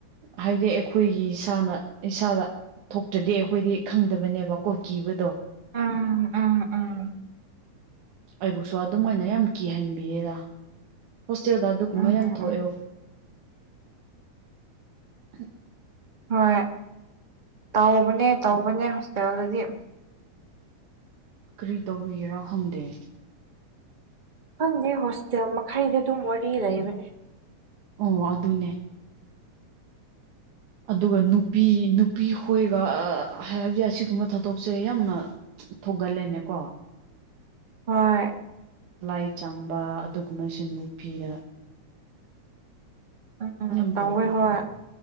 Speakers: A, on the right; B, on the right.
A: ꯍꯥꯏꯗꯤ ꯑꯩꯈꯣꯏꯒꯤ ꯏꯁꯥꯅ ꯏꯁꯥꯗ ꯊꯣꯛꯇ꯭ꯔꯗꯤ ꯑꯩꯈꯣꯏꯗꯤ ꯈꯪꯗꯕꯅꯦꯕ ꯀꯣ ꯀꯤꯕꯗꯣ
B: ꯑꯥ ꯎꯝ ꯎꯝ
A: ꯑꯩꯕꯨꯁꯨ ꯑꯗꯨꯝꯥꯏꯅ ꯌꯥꯝ ꯀꯤꯍꯟꯕꯤꯌꯦꯗ ꯍꯣꯁꯇꯦꯜꯗ ꯑꯗꯨꯒꯨꯝꯕ
B: ꯎꯝ
A: ꯌꯥꯝ
B: ꯎꯝ
A: ꯊꯣꯛꯑꯦꯎ ꯍ
B: ꯍꯣꯏ ꯇꯧꯕꯅꯦ ꯇꯧꯕꯅꯦ ꯍꯣꯁꯄꯤꯇꯦꯜꯗꯗꯤ
A: ꯎ ꯀꯔꯤ ꯇꯧꯔꯤꯒꯦꯔꯣ ꯈꯪꯗꯦ
B: ꯈꯪꯗꯦ ꯍꯣꯁꯇꯦꯜ ꯃꯈꯩꯗꯤ ꯑꯗꯨꯝ ꯃ ꯂꯩꯕꯅꯦ
A: ꯑꯣ ꯑꯗꯨꯅꯦ ꯑꯗꯨꯒ ꯅꯨꯄꯤ ꯅꯨꯄꯤ ꯈꯣꯏꯒ ꯍꯥꯏꯕꯗꯤ ꯑꯁꯤꯒꯨꯝꯕ ꯊꯗꯣꯛꯁꯦ ꯌꯥꯝꯅ ꯊꯧꯒꯜꯂꯦꯅꯦ ꯀꯣ
B: ꯍꯣꯏ
A: ꯂꯥꯏ ꯆꯥꯡꯕ ꯑꯗꯨꯒꯨꯝꯕ ꯁꯤꯟ ꯅꯨꯄꯤꯗ
B: ꯎꯝ
A: ꯉꯝ
B: ꯇꯧꯋꯦ
A: ꯇꯧꯒ
B: ꯍꯣꯏ